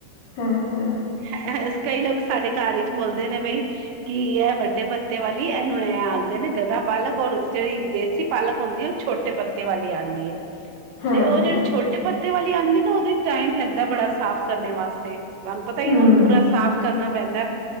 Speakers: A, on the left; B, on the right.
A: ਹੂੰ- ਹੂੰ
B: <inaudible> ਕਈ ਲੋਕ ਸਾਡੇ ਘਰ ਹੀ ਬੋਲਦੇ ਨੇ ਬਈ ਕੀ ਇਹ ਵੱਡੇ ਪੱਤੇ ਵਾਲੀ ਇਹਨੂੰ ਐ ਆਖਦੇ ਨੇ ਗਧਾ ਪਾਲਕ ਔਰ ਜਿਹੜੀ ਦੇ ਸੀ ਪਾਲਕ ਹੁੰਦੀ ਉਹ ਛੋਟੇ ਪੱਤੇ ਵਾਲੀ ਆਂਦੀ ਏ।
A: ਹਾਂ
B: ਤੇ ਉਹ
A: ਹਾਂ
B: ਜਿਹੜੀ ਛੋਟੇ ਪੱਤੇ ਵਾਲੀ ਆਂਦੀ ਨਾ ਉਹਦੇ ਟਾਈਮ ਲੱਗਦਾ ਬੜਾ ਸਾਫ਼ ਕਰਨੇ ਵਾਸਤੇ ਤੁਹਾਨੂੰ ਪਤਾ ਹੀ
A: ਹਮ
B: ਹੁਣ ਪੂਰਾ ਸਾਫ਼ ਕਰਨਾ ਪੈਂਦਾ